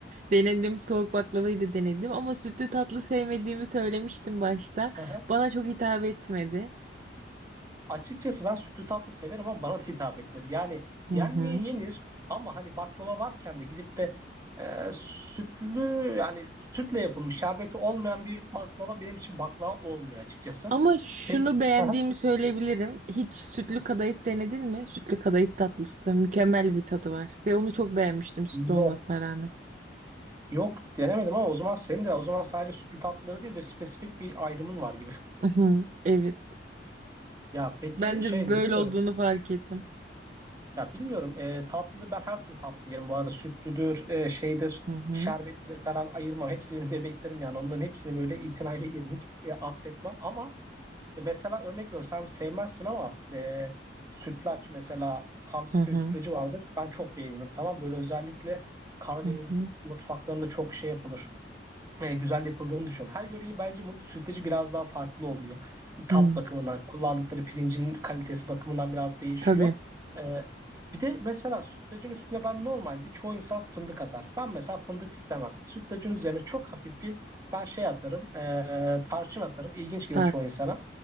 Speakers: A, on the right (about 40°); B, on the right (about 20°).
A: Denedim, soğuk baklavayı da denedim ama sütlü tatlı sevmediğimi söylemiştim başta.
B: Aha.
A: Bana çok hitap etmedi.
B: Açıkçası ben sütlü tatlı severim ama bana da hitap etmedi. Yani
A: Hı
B: yenmeye
A: hı.
B: yenir ama hani baklava varken de gidip de e, sütlü yani sütle yapılmış şerbeti olmayan bir baklava benim için baklava olmuyor açıkçası.
A: Ama şunu
B: Peki.
A: beğendiğimi
B: Aha.
A: söyleyebilirim. Hiç sütlü kadayıf denedin mi? Sütlü kadayıf tatlısı mükemmel bir tadı var ve onu çok beğenmiştim sütlü olmasına
B: Yok.
A: rağmen.
B: Yok denemedim ama o zaman senin de o zaman sadece sütlü tatlıları değil ve spesifik bir ayrımın var gibi. <laughs>
A: Hı hı. Evet.
B: Ya peki
A: Ben
B: şey
A: de böyle
B: bilmiyorum.
A: olduğunu fark ettim.
B: Ya bilmiyorum. E, tatlı ben her türlü tatlı yerim bu arada. Sütlüdür, e, şeydir,
A: Hı hı.
B: şerbetlidir falan ayırmam. Hepsi benim bebeklerim yani. Onların hepsini böyle itinayla yerim. Hiç e, affetmem ama e, mesela örnek veriyorum. Sen sevmezsin ama e, sütlaç mesela Hamsi
A: Hı
B: köy
A: hı.
B: sütlacı vardır. Ben çok beğenirim. Tamam böyle özellikle Karadeniz
A: Hı hı.
B: mutfaklarında çok şey yapılır e, güzel yapıldığını düşünüyorum. Her yöreyi bence bu sütlacı biraz daha farklı oluyor. Tat
A: hı.
B: bakımından, kullandıkları pirincin kalitesi bakımından biraz değişiyor.
A: Tabii.
B: E, bir de mesela sütlacın üstüne ben normalde çoğu insan fındık atar. Ben mesela fındık istemem. Sütlacın üzerine çok hafif bir ben şey atarım, e, tarçın atarım. İlginç gelir
A: Tart.
B: çoğu insana.